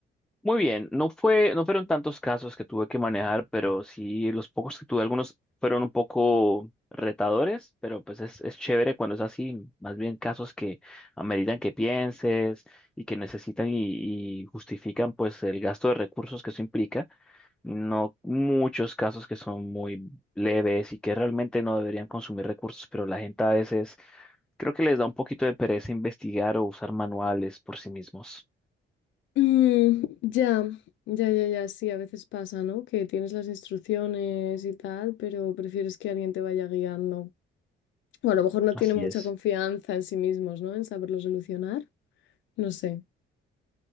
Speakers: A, in the centre; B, on the left.
A: Muy bien, no fue, no fueron tantos casos que tuve que manejar, pero sí los pocos que tuve, algunos fueron un poco retadores, pero pues es, es chévere cuando es así, más bien casos que ameritan que pienses y que necesitan y, y justifican pues el gasto de recursos que eso implica, no muchos casos que son muy leves y que realmente no deberían consumir recursos, pero la gente a veces creo que les da un poquito de pereza investigar o usar manuales por sí mismos.
B: Mm, ya, ya, ya, ya, sí, a veces pasa, ¿no? Que tienes las instrucciones y tal, pero prefieres que alguien te vaya guiando. O a lo mejor no
A: Así
B: tienen mucha
A: es.
B: confianza en sí mismos, ¿no? En saberlo solucionar. No sé.